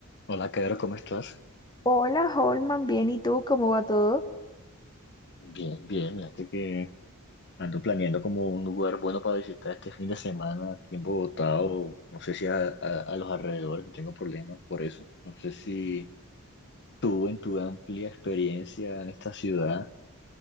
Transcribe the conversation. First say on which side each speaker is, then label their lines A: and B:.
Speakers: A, on the left (about 55°); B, on the left (about 20°).
A: Hola, Pedro, ¿cómo estás?
B: Hola, Holman, bien, ¿y tú cómo va todo?
A: Bien, bien, fíjate que ando planeando como un lugar bueno para visitar este fin de semana aquí en Bogotá o no sé si a, a- a los alrededores, no tengo problema por eso. No sé si tú en tu amplia experiencia en esta ciudad